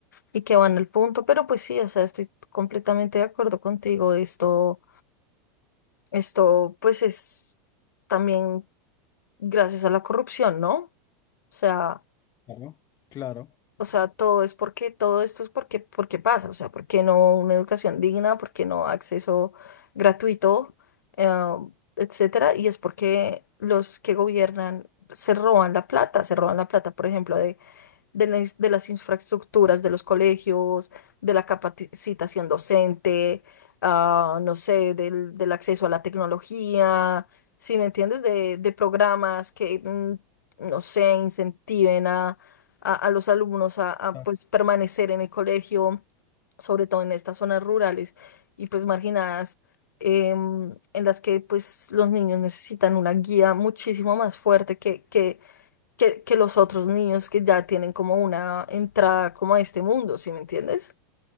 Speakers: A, on the left; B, on the left.
A: y que van al punto, pero pues sí, o sea, estoy completamente de acuerdo contigo, esto, esto pues es también gracias a la corrupción, ¿no? O sea...
B: Claro. Claro.
A: O sea, todo es porque, todo esto es porque, porque pasa, o sea, porque no una educación digna, porque no acceso gratuito, eh, etcétera, y es porque los que gobiernan se roban la plata, se roban la plata, por ejemplo, de de las, de las infraestructuras de los colegios, de la capacitación docente, ah, no sé, del, del acceso a la tecnología, si me entiendes, de, de programas que, mm, no sé, incentiven a, a- a los alumnos a, a,
B: Ah,
A: pues, permanecer en el colegio, sobre todo en estas zonas rurales y pues marginadas. em, en las que pues los niños necesitan una guía muchísimo más fuerte que, que, que, que los otros niños que ya tienen como una entrada como a este mundo, ¿sí me entiendes?